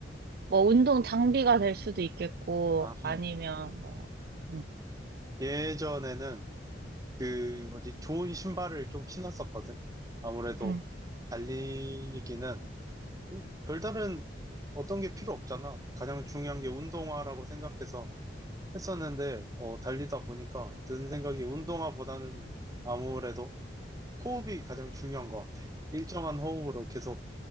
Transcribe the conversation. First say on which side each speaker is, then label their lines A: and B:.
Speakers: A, on the right; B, on the right.
A: 뭐 운동 장비가 될 수도 있겠고
B: 아하.
A: 아니면 뭐 응.
B: 예전에는 그 뭐지 좋은 신발을 좀 신었었거든. 아무래도
A: 응.
B: 달리기는 별다른 어떤 게 필요 없잖아. 가장 중요한 게 운동화라고 생각해서 했었는데 어, 달리다 보니까 든 생각이 운동화보다는 아무래도 호흡이 가장 중요한 것 같아. 일정한 호흡으로 계속